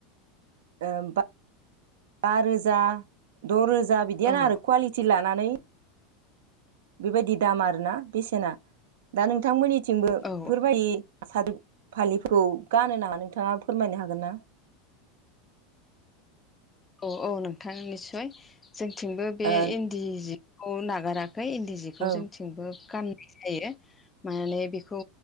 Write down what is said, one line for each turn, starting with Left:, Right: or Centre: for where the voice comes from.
Right: ओ बा रोजा द' रोजा बिदियानो
Left: औ औ
Right: आरो कुवालिटि लानानै बेबायदि दाम आरोना बेसेना दा नोंथांमोननिथिंबो बेफोरबायदि
Left: औ
Right: सार फालिखौ गानो नामा नोंथाङा फोरमायनो हागोन ना।
Left: औ औ नोंथां निस्सय जोंथिंबो बे
Right: ओ
Left: इन्दि जिखौ नागाराखै इन्दि जि जिखौ
Right: औ
Left: जोंथिंबो गाननाय जायो। माने बेखौ